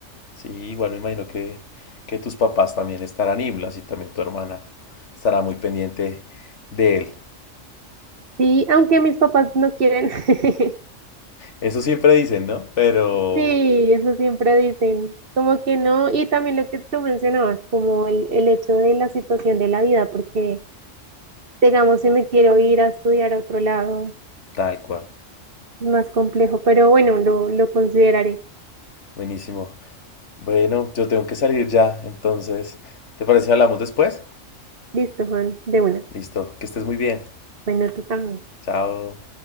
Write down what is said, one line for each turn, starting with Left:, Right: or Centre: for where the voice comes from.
Left: Sí, igual me imagino que, que tus papás también estarán iblas y también tu hermana estará muy pendiente de él.
Right: Sí, aunque mis papás no quieren. <laughs>
Left: Eso siempre dicen, ¿no? Pero
Right: Sí, eso siempre dicen, como que no, y también lo que tú mencionabas, como el, el hecho de la situación de la vida, porque digamos, si me quiero ir a estudiar a otro lado.
Left: tal cual.
Right: es más complejo, pero bueno, lo, lo consideraré.
Left: Buenísimo. Bueno, yo tengo que salir ya, entonces, ¿te parece si hablamos después?
Right: Listo, Juan, de una.
Left: Listo, que estés muy bien.
Right: Bueno, tú también.
Left: Chao.